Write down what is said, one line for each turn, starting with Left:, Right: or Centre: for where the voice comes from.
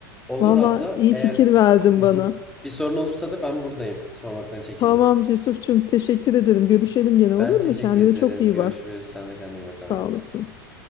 Centre: Olur
Left: Valla
Centre: abla
Left: iyi
Centre: eğer
Left: fikir verdin
Centre: Hı hı.
Left: bana.
Centre: bir sorun olursa da ben buradayım. Sormaktan çekinme.
Left: Tamam Yusuf'cum teşekkür ederim. Görüşelim gene olur
Centre: Ben teşekkür
Left: mu? Kendine
Centre: ederim.
Left: çok iyi
Centre: Görüşürüz.
Left: bak.
Centre: Sen de kendine iyi bak
Left: Sağ
Centre: abla.
Left: olasın.